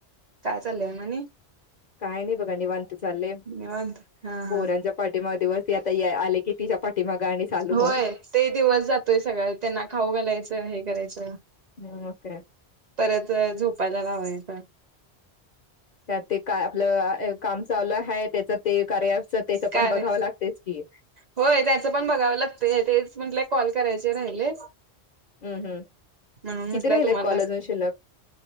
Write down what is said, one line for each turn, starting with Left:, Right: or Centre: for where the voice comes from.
Right: काय चाललंय आणि
Left: काय नाही बघा निवांत चालले.
Right: निवांत हा
Left: पोरांच्या
Right: हा
Left: पाठीमाग दिवस त आता आले कि तिच्या पाठीमाग आणि चालू
Right: होय.
Left: मग.
Right: ते दिवस जातोय सगळा त्यांना खाऊ घालायचं हे करायचं.
Left: हम्म मग काय?
Right: परत झोपायला लावायचा.
Left: त्यात ते काय आपलं काम चालू आहे. त्याच ते कार्या त्याच
Right: काय
Left: पण बघावं
Right: रे
Left: लागतेच की,
Right: होय. त्याचं पण बघावं लागत. तेच म्हटल कॉल करायचे राहिले.
Left: हम्म हम्म,
Right: म्हणून म्हटलं
Left: किती राहिले
Right: तुम्हाला
Left: कॉल आजून शिल्लक?